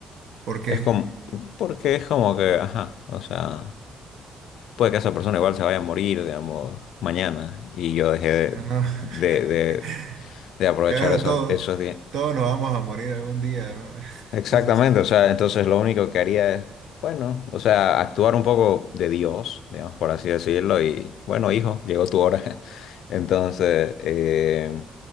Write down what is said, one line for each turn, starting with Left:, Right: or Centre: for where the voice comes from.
Right: ¿Por qué?
Left: es como, porque es como que, ajá, o sea, puede que esa persona igual se vaya a morir, digamos, mañana, y yo dejé de,
Right: Ah, No. <laughs>
Left: de, de- de aprovechar
Right: Claro,
Left: esos,
Right: todos,
Left: esos días
Right: todos nos vamos a morir algún día, ¿no? <laughs>
Left: Exactamente,
Right: Eso sí.
Left: o sea, entonces lo único que haría es, bueno, o sea, actuar un poco de Dios, digamos, por así decirlo, y bueno, hijo, llegó tu hora. <laughs> Entonces, eh,